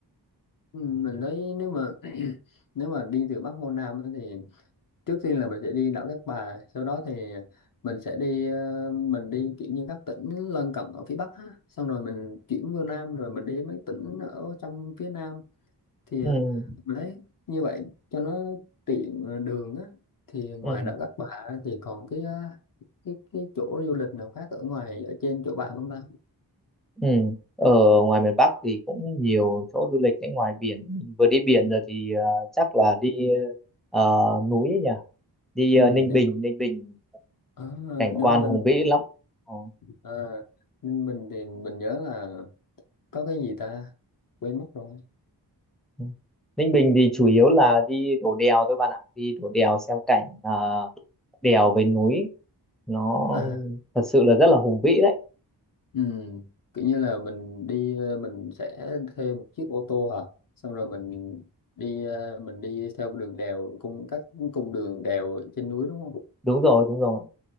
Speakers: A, on the left (about 55°); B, in the centre.
A: ừ, Mình thấy nếu mà <clears throat> nếu mà đi từ Bắc vô Nam ấy thì trước tiên là mình sẽ đi đảo Cát Bà sau đó thì mình sẽ đi ờ, mình đi kiểu như các tỉnh lân cận ở phía Bắc á. Xong rồi mình chuyển vô Nam rồi mình đi mấy tỉnh ở trong phía Nam thì
B: Ừ,
A: ờ, mình thấy như vậy cho nó tiện ờ, đường á thì ngoài
B: ừ,
A: đảo Cát Bà á, thì còn cái ờ, cái cái chỗ du lịch nào khác ở ngoài ở trên chỗ bạn không ta?
B: ừ. Ở ngoài miền Bắc thì cũng nhiều chỗ du lịch đấy ngoài biển Mình vừa đi biển
A: Ừ,
B: rồi thì ờ, chắc là đi ờ, núi ấy nhỉ đi
A: ừ,
B: ờ, Ninh
A: đi
B: Bình Ninh Bình
A: ở
B: cảnh
A: Ninh
B: quan
A: Bình
B: hùng vĩ lắm Ờ.
A: À, Ninh Bình thì mình nhớ là có cái gì ta quên mất rồi
B: Ừ. Ninh Bình thì chủ yếu là đi đổ đèo thôi bạn ạ đi đổ đèo xem cảnh à, đèo với núi nó
A: à
B: thật sự là rất là hùng vĩ đấy
A: ừm, kiểu như là mình đi ờ, mình sẽ thuê một chiếc ô tô hả xong rồi mình đi ờ, mình đi theo đường đèo cung các cung đường đèo trên núi đúng không
B: đúng rồi đúng rồi